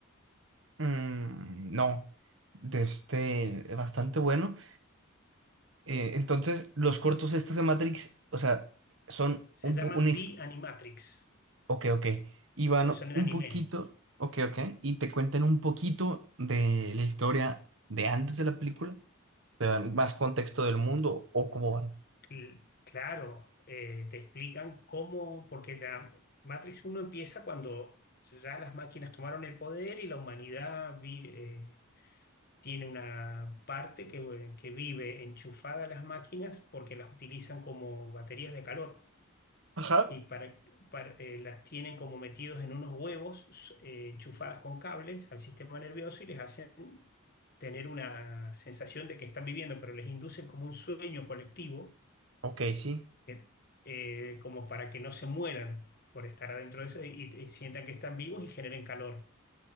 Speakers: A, on the right (about 60°); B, on the left (about 45°).
A: Mm, no, de este, bastante bueno. Eh, entonces, los cortos estos de Matrix, o sea, son
B: Se
A: un,
B: llaman
A: po- una, his-
B: The Animatrix,
A: ok, ok, y van
B: porque son en
A: un
B: el anime.
A: poquito, ok, ok, y te cuentan un poquito de la historia de antes de la película, te dan más contexto del mundo o cómo van.
B: Cl- claro, eh, te explican cómo, porque la Matrix uno empieza cuando ya las máquinas tomaron el poder y la humanidad vi- eh, tiene una parte que, que vive enchufada a las máquinas porque las utilizan como baterías de calor.
A: Ajá.
B: y para, para- eh, las tienen como metidos en unos huevos eh, enchufadas con cables al sistema nervioso y les hacen tener una sensación de que están viviendo, pero les inducen como un sueño colectivo,
A: Ok, sí,
B: que, eh, como para que no se mueran por estar adentro de eso y, y y sientan que están vivos y generen calor.